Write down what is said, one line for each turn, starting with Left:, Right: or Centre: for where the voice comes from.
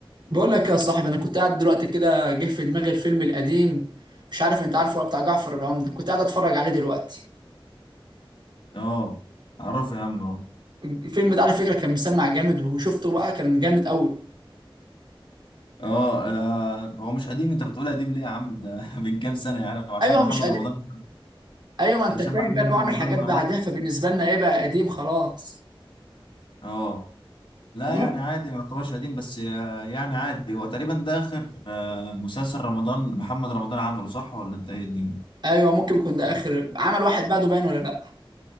Right: بقول لك يا صاحبي انا كنت قاعد دلوقتي كده جه في دماغي الفيلم القديم مش عارف انت عارفه ولا بتاع جعفر العمدة كنت قاعد اتفرج عليه دلوقتي
Left: اه اعرفه يا عم اه
Right: الفيلم ده على فكره كان مسمع جامد وشفته بقى كان جامد قوي
Left: اه آه، هو مش قديم انت بتقول قديم ليه يا عم ده <laughs> من كام سنه يعني عشان
Right: ايوه
Left: محمد
Right: مش قديم
Left: رمضان
Right: ايوه ما انت
Left: علشان
Right: فاهم
Left: محمد
Right: بقى اللي هو عامل
Left: رمضان
Right: حاجات
Left: ما
Right: بعدها
Left: عملش
Right: فبالنسبه لنا ايه بقى قديم خلاص
Left: اه لا
Right: أنا
Left: يعني
Right: ممكن...
Left: عادي ما يعتبرش قديم بس آه، يعني عادي هو تقريبا ده اخر آه، مسلسل رمضان محمد رمضان عمله صح ولا انت ايه الدنيا
Right: ايوه ممكن يكون ده اخر عمل واحد بعده باين ولا لا